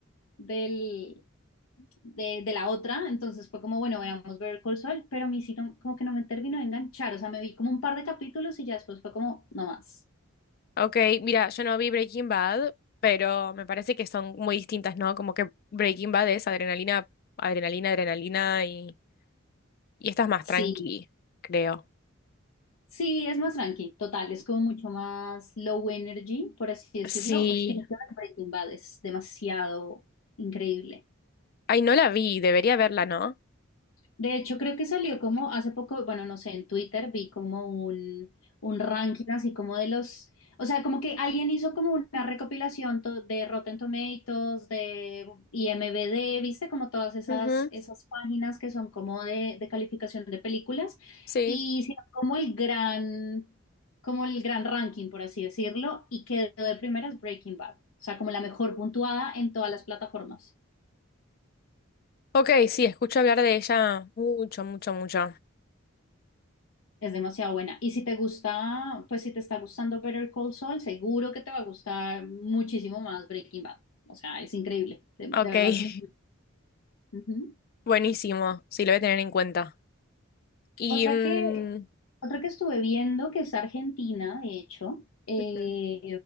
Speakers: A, on the left; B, on the left.
A: del, de, de la otra. Entonces fue como, bueno, veamos Better Call Saul, pero a mí sí no- como que no me terminó de enganchar. O sea, me vi como un par de capítulos y ya después fue como, no más.
B: Ok, mira, yo no vi Breaking Bad, pero me parece que son muy distintas, ¿no? Como que Breaking Bad es adrenalina, adrenalina, adrenalina y, y esta es más
A: Sí.
B: tranqui, creo.
A: Sí, es más tranqui, total, es como mucho más low energy, por así decirlo.
B: Sí.
A: Oye, tienes que ver Breaking Bad, es demasiado increíble.
B: Ay, no la vi, debería verla, ¿no?
A: De hecho, creo que salió como hace poco, bueno, no sé, en Twitter vi como un, un ranking así como de los, o sea, como que alguien hizo como una recopilación to- de Rotten Tomatoes, de IMDb, viste como todas esas,
B: Ujú,
A: esas páginas que son como de, de calificación de películas
B: Sí.
A: y hicieron como el gran, como el gran ranking, por así decirlo, y quedó de primeras Breaking Bad, o sea, como la mejor puntuada en todas las plataformas.
B: Ok, sí, escucho hablar de ella mucho, mucho, mucho.
A: Es demasiado buena. Y si te gusta, pues si te está gustando Better Call Saul, seguro que te va a gustar muchísimo más Breaking Bad. O sea, es increíble. De, de
B: Ok,
A: verdad es muy buena.
B: <laughs>
A: Ujú.
B: buenísimo. Sí, lo voy a tener en cuenta. Y...
A: Otra
B: mm,
A: que, otra que estuve viendo, que es argentina, de hecho, eh,
B: ujú.